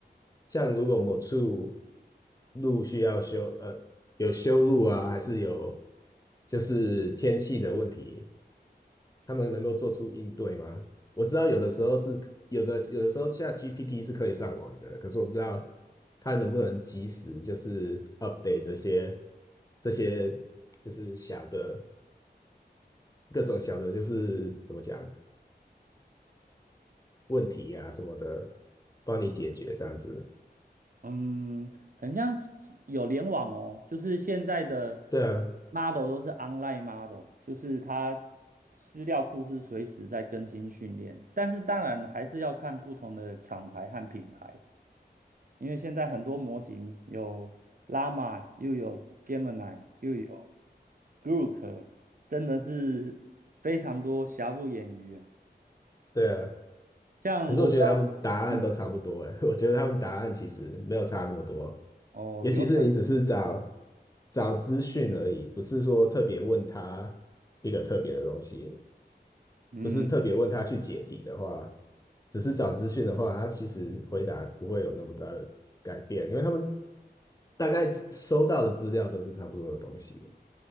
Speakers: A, on the left; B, on the right.
A: 像如果某处路需要修，呃，有修路啊，还是有就是天气的问题，他们能够做出应对吗？我知道有的时候是有的，有的时候 c g p t 是可以上网的，可是我不知道它能不能及时就是 update 这些这些就是小的各种小的，就是怎么讲问题呀、什么的，帮你解决这样子。
B: 嗯，很像有联网哦，就是现在的
A: 对啊，
B: model 都是 online model，就是它资料库是随时在更新训练，但是当然还是要看不同的厂牌和品牌，因为现在很多模型有 Llama，又有 Gemini，又有 Grok，真的是非常多，瑕不掩瑜啊。
A: 对啊。
B: 像我不知道，
A: 可是我觉得他们答案都差不多哎，
B: 嗯，
A: <laughs> 我觉得他们答案其实没有差那么多，
B: 哦，
A: 尤其是你只是找
B: 有可能，
A: 找资讯而已，不是说特别问他一个特别的东西，
B: 嗯。
A: 不是特别问他去解题的话，只是找资讯的话，他其实回答不会有那么大的改变，因为他们大概收到的资料都是差不多的东西。